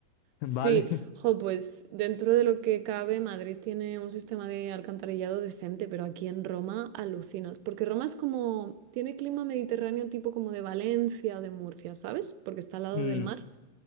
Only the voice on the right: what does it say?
Sí,
jo, pues dentro de lo que cabe, Madrid tiene un sistema de alcantarillado decente, pero aquí en Roma alucinas, porque Roma es como, tiene clima mediterráneo tipo como de Valencia o de Murcia, ¿sabes? Porque está al lado
del mar.